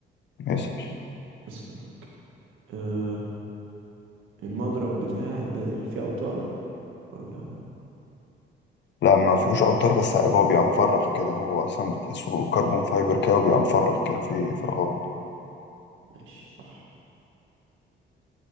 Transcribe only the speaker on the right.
اسأل أه المضرب بتاع البدل فيه أوتار ولا
ماشي صح